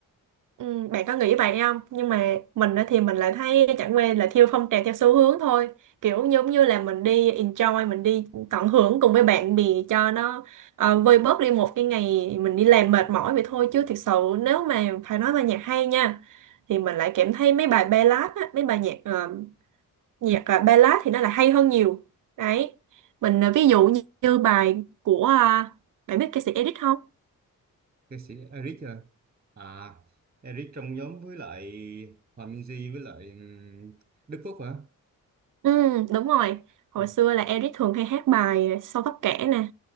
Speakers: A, on the right (about 60°); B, on the right (about 25°).
A: Ừ, bạn có nghĩ vậy không? Nhưng mà mình á thì mình lại thấy chẳng qua là theo phong trào theo xu hướng thôi. Kiểu giống như là mình đi enjoy, mình đi tận hưởng cùng với bạn bè cho nó ờ, vơi bớt đi một cái ngày mình đi làm mệt mỏi vậy thôi. Chứ thực sự nếu mà phải nói là nhạc hay nha, thì mình lại cảm thấy mấy bài ballad á, mấy bài nhạc ờ, nhạc ờ, ballad thì nó là hay hơn nhiều. Đấy. Mình ờ, ví dụ như bài của ờ, bạn biết ca sĩ Edit không?
B: Ca sĩ Eric à? À, Eric trong nhóm với lại Hòa Minzy với lại ừm, Đức Phúc hả?
A: Ừ, đúng rồi. Hồi
B: Ừ.
A: xưa là Eric thường hay hát bài Sâu Tóc Kẻ nè.